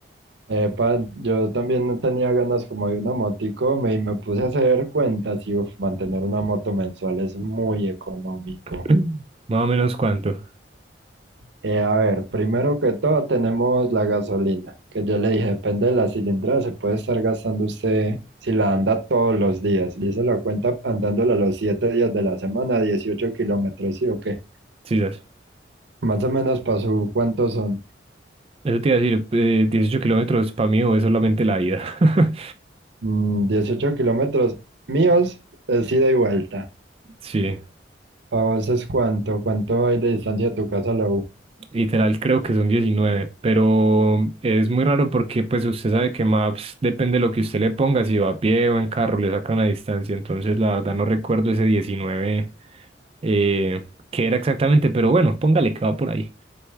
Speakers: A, on the right (about 65°); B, on the right (about 30°).
A: Epa, yo también no tenía ganas como de una motico me, y me puse a hacer cuentas y uf, mantener una moto mensual es muy económico.
B: <clears throat> <laughs> Más o menos cuánto.
A: Eh, a ver, primero que todo tenemos la gasolina, que yo le dije, depende de la cilindrada, se puede estar gastando usted si la anda todos los días. Y se la cuenta andándola los siete días de la semana, 18 kilómetros, ¿sí o qué?
B: Sí, ya.
A: Más o menos para su, ¿cuántos son?
B: Eso te iba a decir, eh, 18 kilómetros para mí o es solamente la ida. <laughs>
A: Mm, 18 kilómetros míos, es ida y vuelta.
B: Sí.
A: ¿Para vos es cuánto? ¿Cuánto hay de distancia de tu casa a la U?
B: Literal, creo que son 19 pero es muy raro porque pues usted sabe que Maps depende de lo que usted le ponga, si va a pie o en carro, le saca una distancia, entonces la verdad no recuerdo ese 19 eh, qué era exactamente, pero bueno, póngale que va por ahí.